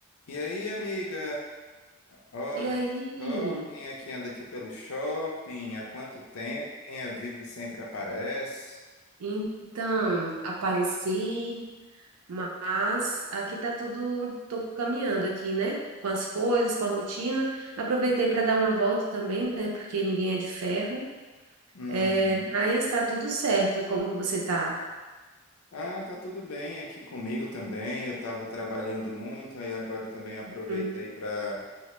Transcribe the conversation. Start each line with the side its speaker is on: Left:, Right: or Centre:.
Left: E aí, amiga? Olha
Right: E aí?
Left: só quem é que anda aqui pelo shopping, há quanto tempo? Quem é vivo sempre aparece.
Right: Então, apareci, mas aqui tá tudo, tô caminhando aqui, né? Com as coisas, com a rotina. Aproveitei para dar uma volta também, né? Porque ninguém é de ferro.
Left: Uhum.
Right: É, mas tá tudo certo. E como que você tá?
Left: Ah, tá tudo bem aqui comigo também. Eu estava trabalhando muito, aí agora também aproveitei
Right: Hum,
Left: para